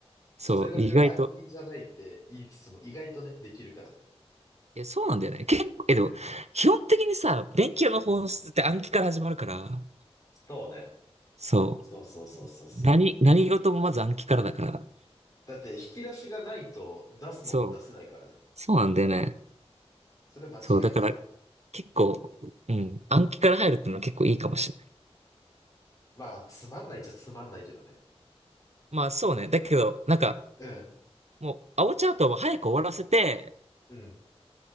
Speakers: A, on the right; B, on the left.
A: そう、
B: 数学暗記じゃないって言いつつも意外とね、
A: 意外と。
B: できるからね。
A: え、そうなんだよね。結構、え、
B: うん。
A: でも、基本的にさ、勉強の本質って暗記から始まるから、
B: うん。そうね。
A: そ
B: そうそうそうそうそう。
A: う。何、何事もまず暗記からだから。
B: だって引き出しがないと出すもんも出せないからね。
A: そう。そうなんだよね。
B: それは間違いないわ。
A: そう、だから、結構、うん、暗記から入るってのは結構いいかもしれない。
B: まあ、つまんないっちゃつまんないけどね。
A: まあ、そうね。だけど、なんか、
B: うん。
A: もう、青チャートは早く終わらせて、
B: うん。